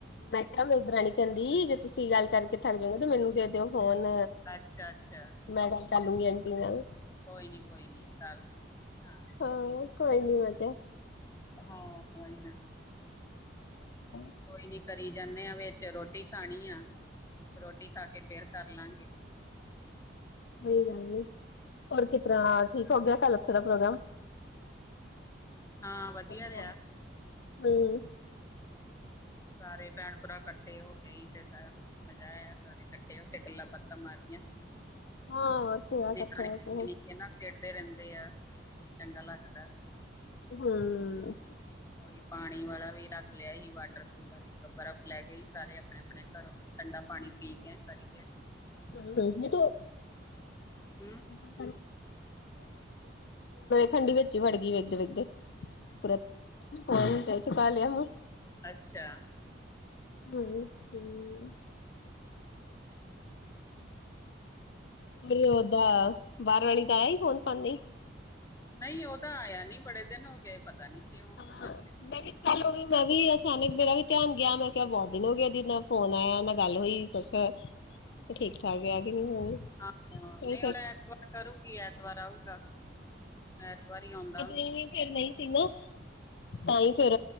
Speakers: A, on the left; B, on the left.
A: ਮੈਂ ਕਿਹਾ ਮੇਰੀ ਦਰਾਨੀ ਕਹਿੰਦੀ ਜੇ ਤੁਸੀਂ ਗੱਲ ਕਰਕੇ ਥੱਕ ਜਾਓਗੇ ਤੇ ਮੈਨੂੰ ਤੇ ਦਿਓ ਫੋਨ
B: ਅੱਛਾ- ਅੱਛਾ
A: ਮੈਂ, ਗੱਲ ਕਰ ਲੂਗੀ। ਆਂਟੀ ਨਾਲ।
B: ਕੋਈ ਨੀ- ਕੋਈ ਨੀ ਤਾਂ ਕਰ ਲਿਆ, ਹਾਂ।
A: ਹਾਂ। ਕੋਈ ਨੀ, ਮਜਾ।
B: ਹਾਂ। ਕੋਈ ਨਾ।
A: ਹੂੰ।
B: ਕੋਈ ਨੀ, ਕਰੀ ਜਾਂਦੇ ਆ। ਵਿਚ, ਰੋਟੀ ਖਾਣੀ ਆ। ਰੋਟੀ ਖਾ ਕੇ, ਫੇਰ ਕਰ ਲਾਂਗੇ।
A: <unintelligible> ਉਹੀ ਗੱਲ ਨੀ ਹੋਰ ਕਿਸ ਤਰਾਂ? ਠੀਕ ਹੋ ਗਿਆ। ਕੱਲ ਉਥੇ ਦਾ ਪ੍ਰੋਗਰਾਮ।
B: <inaudible> ਵਧੀਆ
A: ਹਾਂਜੀ।
B: ਰਿਹਾ ਹਾਂ। ਸਾਰੇ ਭੈਣ- ਭਰਾ ਇਕੱਠੇ ਹੋ ਗਏ। ਸੀ, ਤੇ ਸ- ਮਜ਼ਾ ਆਇਆ। ਸਾਰੇ ਇਕੱਠੇ, ਹੋ ਕੇੇ ਗੱਲਾਂ- ਬਾਤਾਂ ਮਾਰੀਆਂ।
A: ਹਾਂ ਉੱਥੇ ਆ ਇਕੱਠਾ
B: ਨਿਆਣੇ
A: ਹੋ
B: ਨਿੱਕੇ-
A: ਕੇ
B: ਨਿੱਕੇ, ਨਾ ਖੇਡਦੇ ਰਹਿੰਦੇ ਆ। ਤੇ ਚੰਗਾ ਲੱਗਦਾ।
A: ਹੂੰ।
B: ਉਹੀ, ਪਾਣੀ ਵਾਲਾ ਵੀ, ਰੱਖ। ਲਿਆ ਹੀ ਵਾਟਰ ਕੂਲਰ। ਇੱਕ ਬਰਫ਼ ਲੈ ਗਏ ਹੀ। ਸਾਰੇ ਆਪਣੇ- ਆਪਣੇ ਘਰੋਂ, ਠੰਡਾ ਪਾਣੀ ਪੀ ਗਿਆਏ ਸਾਰੀ। ਜ <unintelligible>
A: ਹੂੰ-ਹੂੰ, ਨੀ ਤੂੰ।
B: ਹੂੰ
A: ਹੁਣ, ਖੰਡੀ ਵਿੱਚ ਹੀ, ਵੜ ਗਈ ਵੇਖਦੇ- ਵੇਖਦੇ। ਪੁਰਾ ਸ <unintelligible> ਕ ਚੁੱਕ ਲਿਆ ਮ
B: ਅੱਛਾ।
A: ਹੂੰ-ਹੂੰ।
B: ਹੂੰ,
A: ਓਦਾ, ਬਾਹਰ ਵਾਲੀ, ਦਾ ਆਇਆ ਹੀ ਫੋਨ। ਤੁਹਾਨੂੰ ਵੀ।
B: ਨਹੀਂ ਉਹਦਾ ਆਇਆ ਨੀ। ਬੜੇ ਦਿਨ ਹੋ ਗਏ। ਪਤਾ ਨੀ ਕਿਉਂ। ਸਮਝ
A: ਹਾਂ
B: ਨੀ-
A: ਮੈਂ ਵੀ ਕੱਲ ਹੋ ਗਈ। ਮੈਂ ਵੀ, ਅਚਾਨਕ ਮੇਰਾ ਵੀ ਧਿਆਨ ਗਿਆ। ਮੈਂ ਕਿਹਾ, ਬਹੁਤ ਦਿਨ ਹੋ ਗਏ। ਦੀ ਨਾ ਫੋਨ ਆਇਆ, ਨਾ ਕੁਛ। ਗੱਲ ਹੋਈ ਏ। ਕੁਛ ਨਾ -
B: <inaudible>
A: ਠੀਕ- ਠਾਕ ਆ। ਕਿ ਹੋ
B: ਆਈ। ਹਾਂ
A: ਫੇ
B: ਨਹੀਂ ਹੁਣ ਐਤਵਾਰ ਕਰੂਗੀ। ਐਤਵਾਰ ਆਊਗਾ। ਐਤਵਾਰ ਹੀ ਆਉਂਦਾ।
A: ਨਹੀ ਫੇਰ ਨਹੀ। ਠ <unintelligible> ਨਾ ਤਾਂ ਹੀ ਫੇਰ